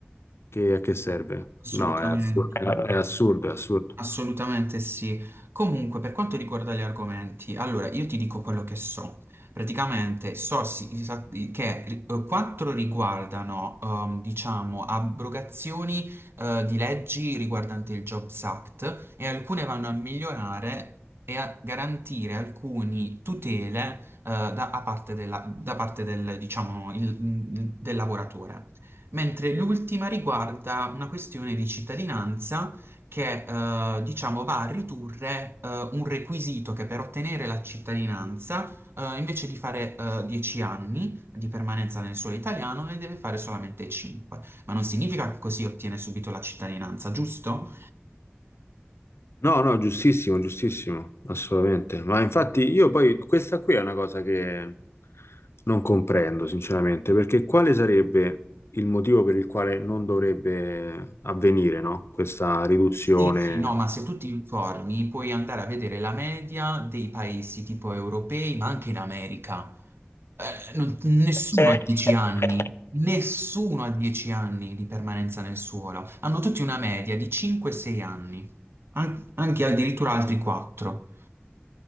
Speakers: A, on the left (about 75°); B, on the right (about 65°).
A: che, a che serve?
B: assolutamente.
A: No, è assurdo, è è assurdo, è assurdo.
B: Assolutamente sì. Comunque, per quanto riguarda gli argomenti, allora io ti dico quello che so. Praticamente so sì- sa- che eh, quattro riguardano, ehm, diciamo, abrogazioni, eh, di leggi riguardanti il Jobs Act e alcune vanno a migliorare e a garantire alcune tutele, eh, da, a parte della- da parte del, diciamo, il- del lavoratore. Mentre l'ultima riguarda una questione di cittadinanza che eh, diciamo va a ridurre eh, un requisito che per ottenere la cittadinanza, eh, invece di fare eh, 10 anni di permanenza nel suolo italiano, ne deve fare solamente 5. Ma non significa che così ottiene subito la cittadinanza, giusto?
A: No, no, giustissimo, giustissimo, assolutamente. Ma infatti io poi, questa qui è una cosa che Non comprendo, sinceramente, perché quale sarebbe il motivo per il quale non dovrebbe avvenire, no? Questa riduzione.
B: Sì, sì, no, ma se tu ti informi puoi andare a vedere la media dei paesi tipo europei, ma anche in America. Eh, non- nessuno
A: Eh,
B: ha 10 anni, nessuno ha 10 anni di permanenza nel suolo. Hanno tutti una media di 5-6 anni, An- anche addirittura altri 4.